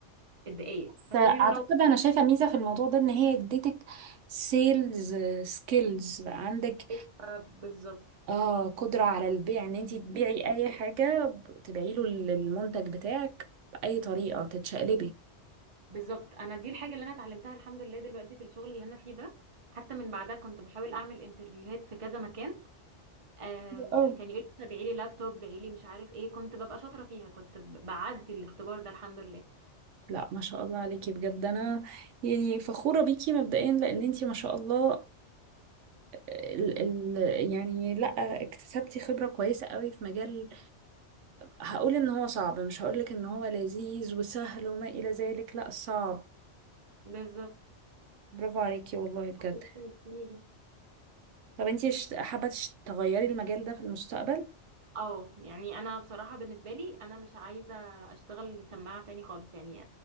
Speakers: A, on the right; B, on the right.
A: الدقيقه
B: بس
A: هتقولي
B: اعتقد
A: له لو
B: انا شايفه ميزه في الموضوع ده ان هي اديتك سيلز سكيلز بقى عندك
A: أيوة بالظبط
B: اه قدره على البيع ان انت تبيعي اي حاجه ب- تبيعي له ال- المنتج بتاعك باي طريقه تتشقلبي
A: بالظبط انا دي الحاجه اللي انا اتعلمتها الحمد لله دلوقتي في الشغل اللي انا فيه ده حتى من بعدها كنت بحاول اعمل انترفيوهات في كذا مكان آه
B: أوي
A: كان يقول لي بيعي لي لابتوب بيعي لي مش عارف ايه كنت ببقى شاطره فيها كنت ب- بعدي الاختبار ده الحمد لله
B: لا ما شاء الله عليكي بجد انا يعني فخوره بيكي مبدئيا لان انت ما شاء الله آه، ال ال يعني لا اكتسبتي خبره كويسه قوي في مجال هقول ان هو صعب مش هقول لك ان هو لذيذ وسهل وما الى ذلك لا صعب
A: بالظبط
B: برافو عليكي والله بجد
A: كتير فيه
B: طب انتي ش- حابة تش- تغيري المجال ده في المستقبل
A: اه يعني انا بصراحه بالنسبه لي انا مش عايزه اشتغل سماعه تاني خالص يعني